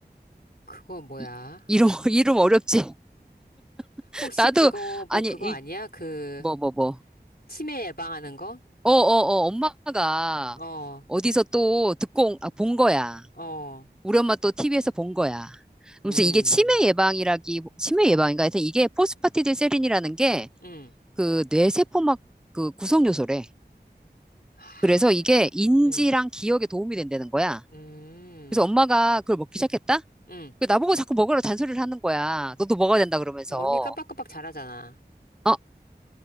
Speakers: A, on the left; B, in the centre.
A: 그거 뭐야?
B: 이- 이름 <laughs> 이름 어렵지. <laughs>
A: 혹시
B: 나도
A: 그거,
B: 아니
A: 뭐 그거
B: 이,
A: 아니야? 그,
B: 뭐 뭐 뭐.
A: 치매 예방하는 거?
B: 어 어 어 엄마가
A: 어,
B: 어디서 또 듣고 온- 아, 본 거야.
A: 어,
B: 우리 엄마 또 TV에서 본 거야. 그래서
A: 음,
B: 이게 치매 예방이라기 치매 예방인가 하여튼 이게 포스파티딜세린이라는 게
A: 음,
B: 그 뇌세포막 그 구성 요소래.
A: 하,
B: 그래서 이게 인지랑
A: 음,
B: 기억에 도움이 된다는 거야.
A: 음,
B: 그래서 엄마가 그걸 먹기 시작했다?
A: 음.
B: 그 나보고 자꾸 먹으라고 잔소리를 하는 거야. 너도 먹어야 된다 그러면서.
A: 언니 깜빡깜빡 잘하잖아.
B: 어,